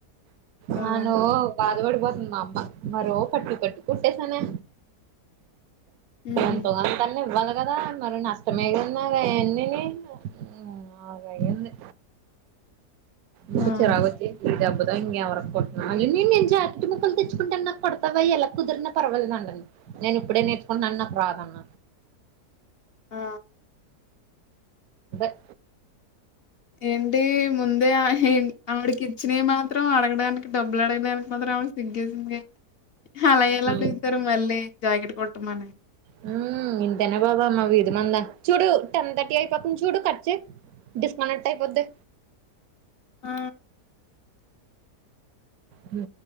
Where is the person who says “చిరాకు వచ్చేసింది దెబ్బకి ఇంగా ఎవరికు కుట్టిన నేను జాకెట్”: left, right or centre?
Right